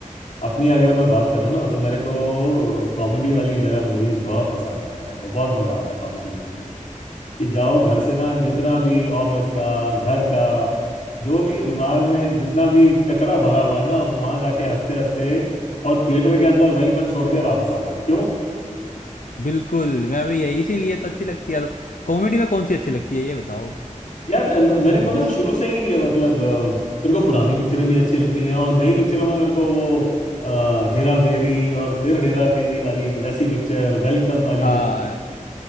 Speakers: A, on the left; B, on the left.
A: अपनी अगर मैं बात करूँ ना तो मेरे को कॉमेडी वाली जरा मूवीज बहुत पसंद है मेरे को बहुत मजा आता है कॉमेडी मूवीज देख के कि जाओ घर से ना जितना भी ऑफिस का घर का जो भी दिमाग में जितना भी कचरा भरा हुआ है ना वो वहां जाके हंसते हंसते और थिएटर के अंदर वहीं पर छोड़ के वापस आ जाओ क्यों?
B: बिल्कुल मैं भी यही इसीलिए तो अच्छी लगती है और कॉमेडी में कौन सी अच्छी लगती है ये बताओ
A: यार अ, म- मेरे को
B: मूवीज
A: ना शुरू से ही अ, मतलब अ, मेरे को पुरानी पिक्चरें भी अच्छी लगती हैं और नई पिक्चरों में मेरे को वो आ, हेरा फेरी और फिर हेरा फेरी वाली वैसी पिक्चर वेलकम वाली
B: हाँ
A: पिक्चर